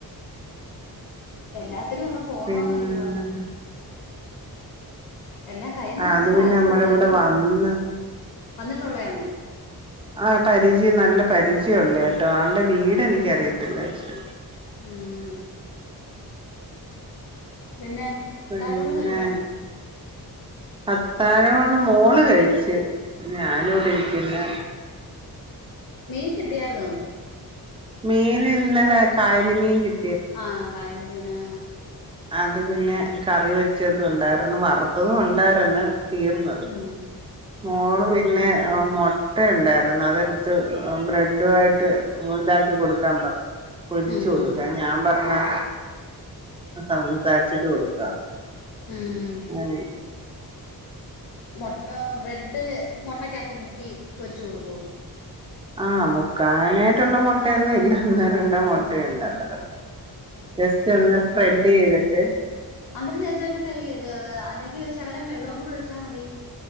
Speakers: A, on the left; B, on the right.
A: എല്ലാത്തിനും ഒക്കെ പോണോന്നെന്തുവാ
B: പിന്നെ
A: എല്ലാം കൈ നെറച്ച്
B: അത് പിന്നെ
A: കാശ്
B: നമ്മടെ
A: വെക്കാങ്കി
B: ഇവിടെ വന്ന്
A: വന്നിട്ടുള്ളയാന്നോ
B: ആഹ് പരിചയം നല്ല പരിചയൊള്ളയാട്ടോ ആള്ടെ വീടെനിക്കറിയത്തില്ല പക്ഷെ
A: ഉം പിന്നെ
B: പിന്നെ
A: താഴൂണ് കഴിഞ്ഞോ
B: അത്താഴവൂണ് മോള് കഴിച്ച് ഞാനിവിടിരിക്ക്ന്ന്
A: ഉം മീൻ കിട്ടിയാര്ന്നോ?
B: മീനിന്നലെ കായല് മീൻ കി
A: ആഹ് കായല് മീന്
B: അത് പിന്നെ കറി വെച്ചതൊണ്ടാര്ന്നു വറുത്തതും ഒണ്ടാര്ന്ന് തീർന്നത്
A: ആഹ്
B: മോള് പിന്നെ മൊട്ടയുണ്ടാര്ന്ന് അതെട്ത്ത് ആഹ് ബ്രെഡുവായിട്ട് ഇതാക്കി കൊട്ക്കാൻ പ പൊരിച്ച്
A: ഉം
B: കൊട്ക്കാൻ
A: ഉം
B: ഞാൻ പർഞ്ഞ് സംസാരിച്ചിട്ട് കൊട്ക്കാ
A: ഉം
B: ഞാനെ
A: മൊട്ട ബ്രെഡ് മൊട്ടക്കാത്ത് മുക്കി പൊരിച്ച് കൊട്ക്കോ?
B: ആഹ് മുക്കാനായിട്ട്ള്ള മൊട്ടയൊന്നുല്ല ഒന്നോ രണ്ടോ മുട്ടയുണ്ട്
A: ഉം
B: അതാ ജസ്റ്റൊന്ന് സ്പ്രെഡെയ്തിട്ട്
A: അന്നേരം ചേച്ചോയ്ക്കട്ടെ ഇ എ അല്ലെങ്കി ശകലം വെള്ളോം കൂടി ഒഴിച്ചാ മതി